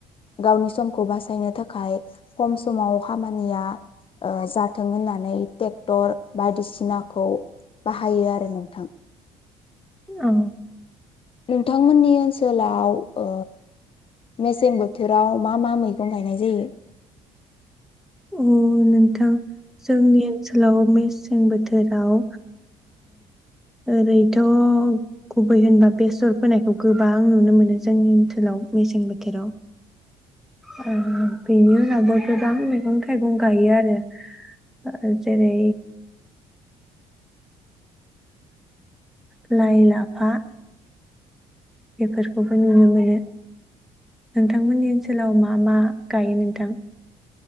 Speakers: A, on the left; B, in the centre.
A: गावनि समखौ बासायनो थाखाय खम समाव खामानिया ओ जाथों होननानै टेक्टर बायदिसिनाखौ बाहायो आरो नोंथां
B: औ
A: नोंथांमोननि ओनसोलाव ओ मेसें बोथोराव मा मा मैगं गायनाय जायो
B: अ नोंथां जोंनि ओनसोलाव मेसें बोथोराव ओरैथ' गुबै होनबा बेसर फोनायखौ गोबां नुनो मोनो जोंनि ओनसोलाव मेसें बोथोराव ओ बेनि उनावबो गोबां मैगं थाइगं गायो आरो ओ जेरै लाइ लाफा बेफोरखौबो नुनो मोनो नोंथांमोननि ओनसोलाव मा मा गायो नोंथां